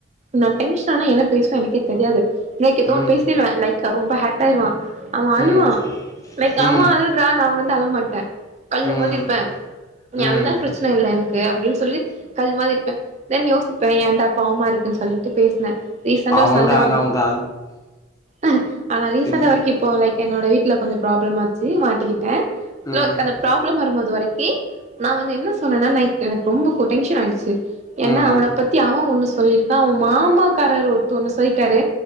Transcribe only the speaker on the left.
ம்
ம்
ம்
ம்
ம்
பாவங்க
ஆனவங்க
சரி
ம்
ம்